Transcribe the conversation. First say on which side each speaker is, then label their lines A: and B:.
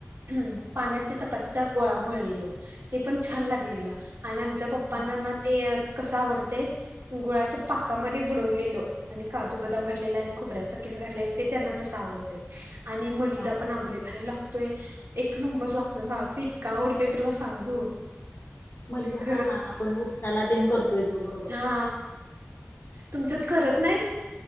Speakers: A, on the right (about 80°); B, on the left (about 75°).
A: हम्म पाण्यात त्या चपातीचा गोळा मळलेलो. ते पण छान लागलेलो. आणि आमच्या पप्पांना
B: हा
A: ना कस आवड गुळाच्या पाकामध्ये बुडवलेलो आणि काजू बदाम घातलेला आणि खोब च कीस घातलेलं त्यांना तस आवडत. आणि मलिदा
B: हा
A: पण
B: हा
A: अग लय भारी लागतो. तू एक नंबर लागतोय. मलाात इतका आवडतोय तुला सांगू.
B: मलिदा, हा
A: खरंच
B: हा आपण उरसाला तेन करतोय तो बरोबर.
A: हा तुमच्यात करत नाहीत.